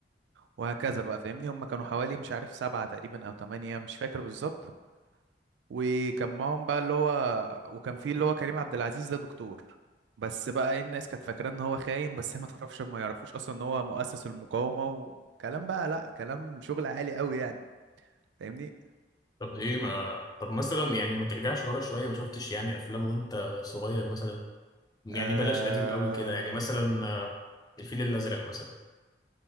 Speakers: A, on the right; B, on the left.
A: وهكذا بقى فاهمني هم كانوا حوالي مش عارف سبعة تقريبا او تمانية مش فاكر بالظبط وكان معاهم بقى اللي هو وكان فيه اللي هو كريم عبد العزيز ده دكتور بس بقى ايه الناس كانت فاكرة ان هو خاين بس هي ما تعرفش ما يعرفوش اصلا ان هو مؤسس المقاومة وكلام بقى لا كلام شغل عالي قوي يعني فاهمني
B: طب ايه ما طب مثلا يعني ما ترجعش ورا شوية ما شفتش يعني افلام وانت صغير مثلا يعني
A: آه...
B: بلاش قديم قوي كده يعني مثلا آه، الفيل الازرق مثلا